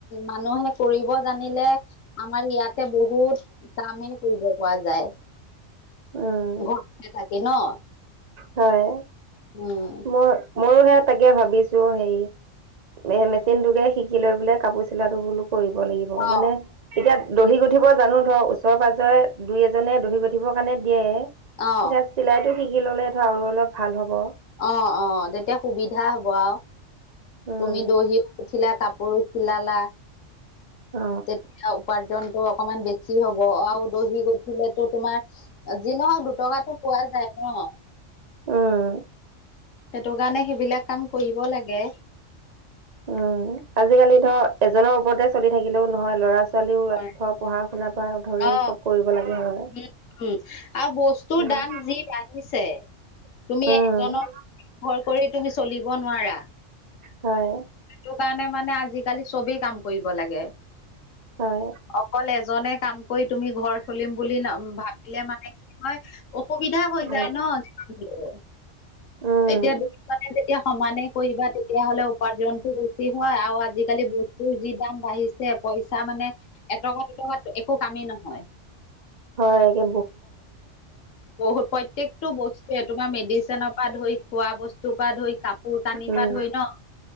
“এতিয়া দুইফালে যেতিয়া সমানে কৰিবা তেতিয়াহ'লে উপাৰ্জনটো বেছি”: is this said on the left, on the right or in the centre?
Left